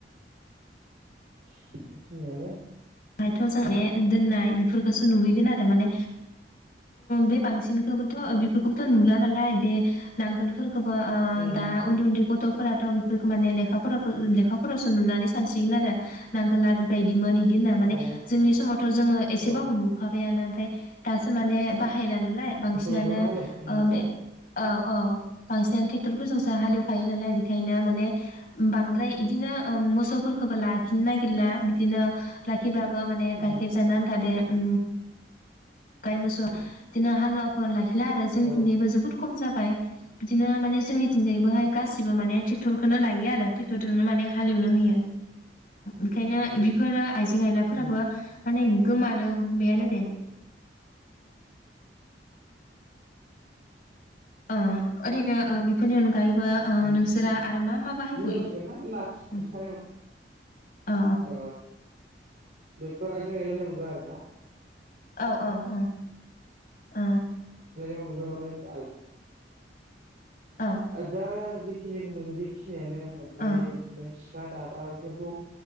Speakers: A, on the right (about 60°); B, on the left (about 55°).
A: <inaudible>
B: बहायथ' जोंने दोननाय बेफोरखौसो नुहैगोन आरो माने बे बांसिनखौबोथ' बेफोरखौबोथ' नुला नालाय बे नांगोलफोरखौ। बो
A: उम
B: दा उन्दै उन्दै गथ ' बेफोरखौ माने लेखाफोर लेखाफोरावसो नुनानै सानसिगोन आरो नांगोला बिबायदिमोन बिदि होना माने
A: औ
B: जोंनि समावथ' जोङो एसेबाबो
A: औ
B: नुखाबायानो ओमफ्राय दासो माने बाहायला नाय बांसिनानो
A: फुदुंमोन हालौ उम
B: ओ बे औ औ बांसिनानो टेक्टरफोरजोंसो हालेवखायो नालाय बेखायनो माने बांद्राय बिदिनो मोसौफोरखौबो लाखिनो नागिरला बिदिनो बिबदिब्लाबो माने
A: उम
B: गाइखेर जानो आन्थाद उ गाय मोसौ बिदिनो हालुवाफोर लाखि आरो जोंनिथिंजायबो
A: औ
B: जोबोद खम जाबाय बिदिनो माने जोंनिथिंजायबोहाय गासिबो माने ट्रेक्टरखौनो लायो आरो ट्रेक्टरजोंनो माने हालेवनो होयो बेखायनो बेफोरो आइजें आयलाफोराबो
A: उम
B: माने गोमानो हमबायानो दे ओ ओरैनो बेफोरनि अनगायैबो ओ
A: उम
B: नोंसोरा आरो मा मा
A: बिदिनो
B: बाहायबावयो?
A: जालांसिगोन ना लाखि खानाय
B: औ
A: ओ बेफोर आइजें आइलानि अनगा आरोना
B: औ औ औ औ
A: <unintelligible> आजाखालिथ'
B: औ
A: <unintelligible> बेखिनि बुंदों बि <unintelligible>
B: औ
A: दाबा बेफोरखौ